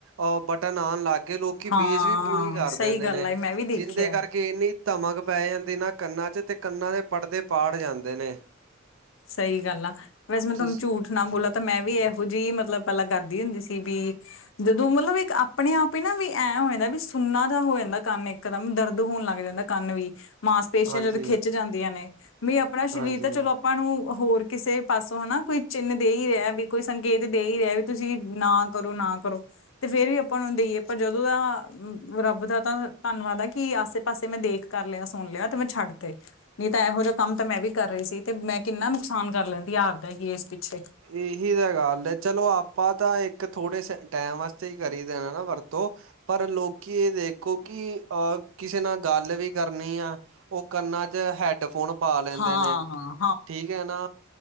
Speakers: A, on the right; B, on the left.
A: ਅਹ ਬਟਨ ਆਣ ਲੱਗ ਗਏ ਲੋਕੀਂ
B: ਹਾਂ,
A: ਬੇਸ ਵੀ ਪੂਰੀ ਕਰ
B: ਸਹੀ
A: ਦਿੰਦੇ
B: ਗੱਲ
A: ਨੇ
B: ਆ, ਮੈਂ ਵੀ
A: ਜਿੰਦੇ
B: ਦੇਖਿਆ।
A: ਕਰਕੇ ਕਿ ਇੰਨੀ ਧਮਕ ਪੈ ਜਾਂਦੀ ਨਾ ਕੰਨਾਂ 'ਚ ਤੇ ਕੰਨਾਂ ਦੇ ਪਰਦੇ ਪਾਟ ਜਾਂਦੇ ਨੇ।
B: ਸਈ ਗੱਲ ਆ ਵੈਸੇ ਮੈਂ ਤੁਆਨੂੰ
A: ਤੁਸ
B: ਝੂਠ ਨਾ ਬੋਲਾ ਤਾਂ ਮੈਂ ਵੀ ਐਹੋ ਜੇਈ ਮਤਲਬ ਪੇਲਾਂ ਕਰਦੀ ਹੁੰਦੀ ਸੀ ਵੀ ਜਦੋਂ ਮਤਲਬ ਇੱਕ ਆਪਣੇ ਆਪ ਹੀ ਨਾ ਵੀ ਐਂ ਹੋ ਜਾਂਦਾ ਵੀ ਸੁਨਾ ਜਿਹਾ ਹੋ ਜਾਂਦਾ ਕੰਨ ਇੱਕ ਇਕਦੱਮ ਦਰਦ ਹੋਣ ਲੱਗ ਜਾਂਦਾ ਕੰਨ ਵੀ ਮਾਸ ਪੇਸ਼ਿਆਂ
A: ਹਾਂਜੀ
B: ਜਦ ਖਿੱਚ ਜਾਂਦੀਆਂ ਨੇ ਵੀ ਆਪਣਾ
A: ਹਾਂਜੀ।
B: ਸ਼ਰੀਰ ਤਾਂ ਚਲੋ ਆਪਾਂ ਨੂੰ ਹੋਰ ਕਿਸੇ ਪਾਸੋਂ ਹਨਾ ਕੋਈ ਚਿੰਨ੍ਹ ਦੇ ਈ ਰੇਆ ਵੀ ਕੋਈ ਸੰਕੇਤ ਦੇ ਈ ਰੇਆ ਵੀ ਤੁਸੀਂ ਨਾ ਕਰੋ, ਨਾ ਕਰੋ। ਤੇ ਫੇਰ ਵੀ ਆਪਾਂ ਨੂੰ ਦੇਈਏ ਪਰ ਜਦੋਂ ਦਾ ਰੱਬ ਦਾ ਤਾਂ ਧੰਨਵਾਦ ਆ ਕਿ ਆਸੇ- ਪਾਸੇ ਮੈਂ ਦੇਖ ਕਰ ਲੇਆ- ਸੁਣ ਲੇਆ ਤੇ ਮੈਂ ਛੱਡ ਤੇ ਨਈ ਤਾਂ ਐਹੋ ਜੇਆ ਕੰਮ ਤਾਂ ਮੈਂ ਵੀ ਕਰ ਰਈ ਸੀ। ਤੇ ਮੈਂ ਕਿੰਨਾ ਨੁਕਸਾਨ ਕਰ ਲੇਂਦੀ ਆਵਦਾ ਕਿ ਏਸ ਪਿੱਛੇ।
A: ਏਹੀ ਤਾਂ ਗੱਲ ਐ ਚਲੋ ਆਪਾਂ ਤਾਂ ਇੱਕ ਥੋੜੇ ਸਟਾਏਮ ਵਾਸਤੇ ਈ ਕਰੀ ਦਾ ਨਾ ਵਰਤੋਂ ਪਰ ਲੋਕੀਂ ਏ ਦੇਖੋ ਕਿ ਅਹ ਕਿਸੇ ਨਾਲ ਗੱਲ ਵੀ ਕਰਨੀ ਆ ਓ ਕੰਨਾਂ 'ਚ ਹੈਡਫੋਨ ਪਾ ਲੇਂਦੇ
B: ਹਾਂ
A: ਨੇ ਠੀਕ ਐ ਨਾ